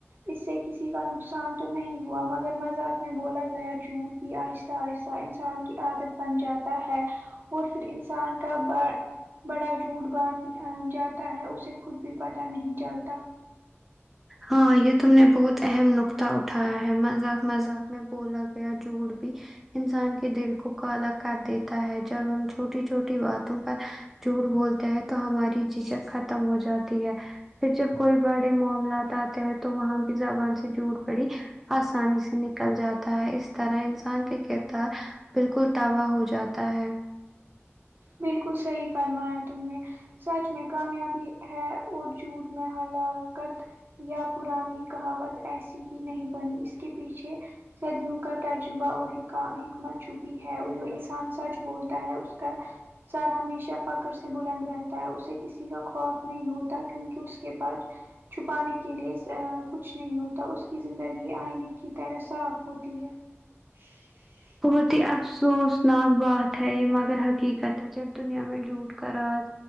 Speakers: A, on the right; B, in the centre.
A: اس سے کسی کا نقصان تو نہیں ہو ہوا مگر مذاق میں بولا گیا جھوٹ بھی آہستہ آہستہ انسان کی عادت بن جاتا ہے اور پھر انسان کا بڑ بڑا جھوٹ باندھ جاتا ہے اسے خود بھی پتہ نہیں چلتا
B: ہاں یہ تم نے بہت اہم نقطہ اٹھایا ہے مذاق مذاق میں بولا گیا جوٹ بھی انسان کے دل کو کالا کر دیتا ہے جب ہم چھوٹی چھوٹی باتوں پر جھوٹ بولتے ہیں تو ہماری جھجھک ختم ہو جاتی ہے پھر جب کوئی بڑے معاملات بات آتے ہیں تو وہاں بھی زبان سے جوٹ پڑی آسانی سے نکل جاتا ہے اس طرح انسان کے کردار بالکل تابہ ہو جاتا ہے
A: بالکل صحیح فرمایا تم نے سچ میں کامیابی ہے اور جھوٹ میں ہلاکت یا پرانی کہاوت ایسی ہی نہیں بنی اس کے پیچھے صدیوں کا تجربہ اور حکا حکمت چھپی ہے اور جو انسان سچ بولتا ہے اس کا سر ہمیشہ فخر سے بلند رہتا ہے اسے کسی کا خوف نہیں ہوتا کیونکہ اس کے پاس چھپانے کے لیے کچھ نہیں ہوتا اس کی زندگی آئینے کی طرح صاف ہوتی ہے <inaudible>
B: بہت ہی افسوس ناک بات ہے یہ مگر حقیقت ہے جب دنیا میں جھوٹ کا راج